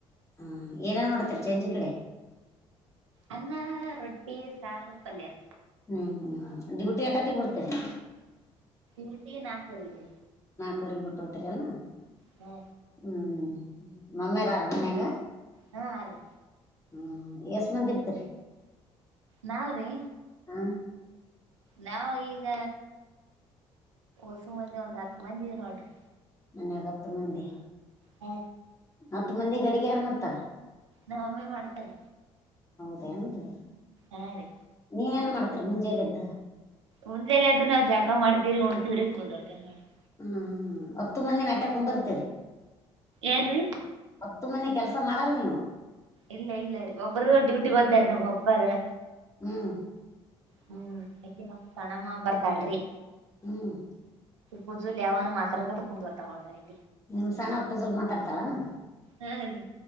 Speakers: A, on the left (about 20°); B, on the right (about 90°).
A: ಹಾ ಏನನ್ ಮಾಡೋಡ್ತಿರಿ ಚೆಂಜಿ ಕಡೆ
B: ಅನ್ನ ರೊಟ್ಟಿ ಸಾರು ಪಲ್ಯಾರ
A: ಹ್ಮ್ ಹ್ಮ್ ಹ್ಮ್ ್ಯೂಟಿ ಟಾತಿ ಕೊಡ್ತನೆ
B: ನ ನಾಕುಗ್ರ
A: ಕೊರಿ ಬಿಿಟ್ಟತ್ರಿನಾ
B: ಹಾ
A: ಹ್ಮ್ ಮಮ್ಮಾರಾರ್ ಮನ್ಯಾಗ
B: ಹಾ ಅ ರೀ
A: ಹ್ಮ ಎಷ್ಟ ಮಂದಿ ಇರ್ತರಿ
B: ನಾವ್ರೀ
A: ಹ
B: ನಾವ ಈಗ ಉಸಂಬಂದಿ ಒಂದ್ ಹತ್ ಮಂದಿಿದ ನೋಡ್ರಿ
A: ಮನ್ಯ ಆಾಗತ್ತು ಮಂದಿ
B: ಹ್ಮ
A: ಹತ್ತು ಮಂದಿ ಅಡಿಗೆ ಯಾರು ಮಾಡ್ತಾರ
B: ನಾವೇ ಮಾಡ್ತಾರಿ
A: ಹೌದೇನ್ರೀ
B: ಹಾರೀ
A: ನೀ ಏನ್ ಮಾಡ್ತರಿ ಮುಂಜಲ್ಲ್ದ
B: ಮುಂದೆಲ್ಲ ಅದ ನಾವ್ ಜಾಕಾ ಮಾಡ್ತಿೀರಿ ಉಣತಿ್ರಿ ಕುಂದ್ೋಡ್ತ <unintelligible>
A: ಹ್ಮ್ ಹ್ಮ ಹತ್ತು ಮಂದಿ ನಟ್ಯಕ್ ಕುಂದಿರ್ತೇರಿ
B: ಏನ್ರೀ
A: ಹತ್ತು ಮನೆ ಕೆಲಸ ಮಾಡಲ್ ನೀವು
B: ಇಲ್ಲ ಇಲ್ಲ ಒಬ್ಬರುಗ ಡ್ಯೂಟಿ ಗತಾರೆ ನೀ್ ಒಬ್ಬರೇ
A: ಮ್ಮ್
B: ಹ್ಮ್ ಯಾಕ ಸಣಮ್ಮ ಬರ್ತಾಳ್ರಿ
A: ಹ್ಮ್
B: ಪೂಜುಲ್ ಯಾವನ ಮಾತ್ರದ ಕು <unintelligible> ಡ್ ರ್ತಗಳ್ರಿ
A: ನಿಮ್ ಸಣ ಪೂಜಲ್ ಮಾತಾಡ್ತಾಳಾನ
B: ಹಾರೀ